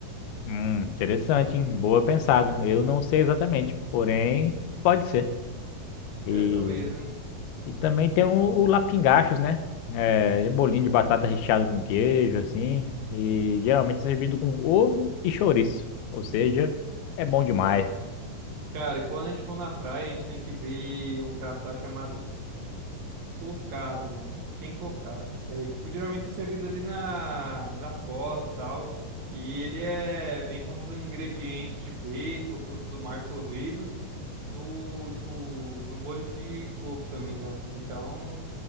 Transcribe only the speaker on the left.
Hum, interessante, hein? Boa pensada. Eu não sei exatamente, porém, pode ser. E
E também tem o, o lapingachos, né? É, bolinho de batata recheado com queijo, assim. E geralmente é servido com ovo e chouriço. Ou seja, é bom demais.